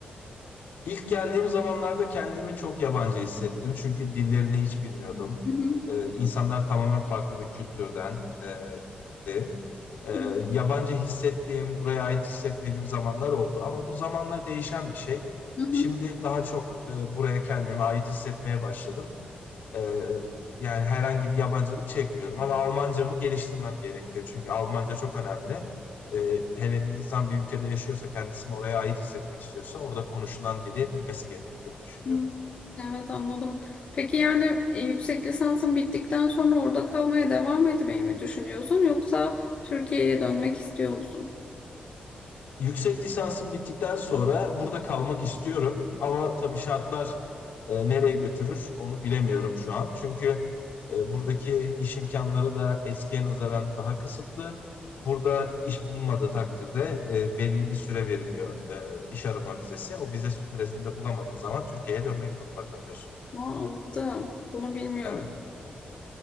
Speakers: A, on the left; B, on the left.
A: İlk geldiğim zamanlarda kendimi çok yabancı hissettim. Çünkü dillerini hiç bilmiyordum.
B: Hı hı,
A: Ee, insanlar tamamen farklı bir kültürden e, di. Ee,
B: hı hı,
A: yabancı hissettiğim, buraya ait hissetmediğim zamanlar oldu. Ama bu zamanla değişen bir şey.
B: hı hı,
A: Şimdi daha çok e, buraya kendimi ait hissetmeye başladım. Ee, yani herhangi bir yabancılık çekmiyorum ama Almancamı geliştirmem gerekiyor. Çünkü Almanca çok önemli. Ee, hele bir insan bir ülkede yaşıyorsa kendisini oraya ait hissetmek istiyorsa orada konuşulan dili bilmesi gerektiğini düşünüyorum.
B: Hı. Evet anladım. Peki yani e, yüksek lisansın bittikten sonra orada kalmaya devam etmeyi mi düşünüyorsun yoksa Türkiye'ye dönmek istiyor musun?
A: Yüksek lisansım bittikten sonra burada kalmak istiyorum ama tabii şartlar e, nereye götürür onu bilemiyorum şu an. Çünkü e, buradaki iş imkanları da eskiye nazaran daha kısıtlı. Burada iş bulunmadığı takdirde e, belirli bir süre veriliyor e, iş arama vizesi. O vize süresini de bulamadığın zaman Türkiye'ye dönmek zorunda kalıyorsun.
B: Aa, anladım. Bunu bilmiyordum.
A: Evet.